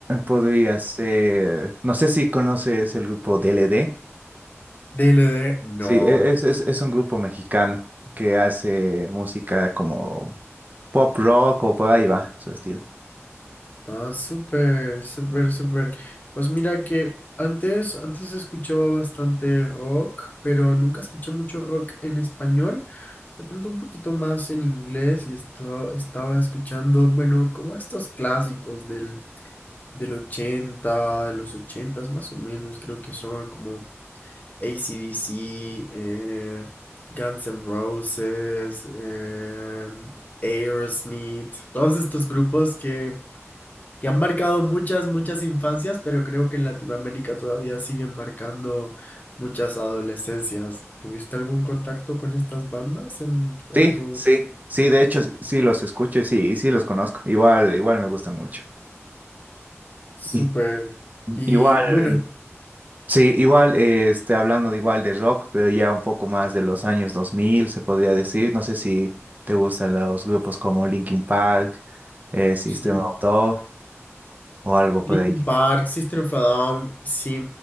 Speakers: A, on the right; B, on the left.
A: podría ser, no sé si conoces el grupo DLD.
B: D. DLD, no.
A: Sí, e- es, es, es un grupo mexicano que hace música como pop rock o por ahí va su estilo.
B: Ah, súper, súper, súper. Pues mira que antes, antes escuchaba bastante rock, pero nunca escuché mucho rock en español. De pronto un poquito más en inglés y esto, estaba escuchando, bueno, como estos clásicos del, del 80 de los 80 más o menos, creo que son como AC/DC, eh, Guns N' Roses, eh, Aerosmith, todos estos grupos que que han marcado muchas, muchas infancias, pero creo que en Latinoamérica todavía siguen marcando muchas adolescencias. ¿Tuviste algún contacto con estas bandas en, en
A: Sí,
B: tu
A: sí, sí, de hecho sí sí los escucho sí, y sí sí los conozco. Igual, igual me gustan mucho.
B: súper?
A: <clears throat>
B: Y
A: Igual.
B: bueno,
A: Sí, igual, eh, este, hablando de igual de rock, pero ya un poco más de los años 2000, se podría decir. No sé si te gustan los grupos como Linkin Park, eh, System
B: sí.
A: of a Down o algo por
B: Linkin
A: ahí.
B: Park, System of a Down, sí.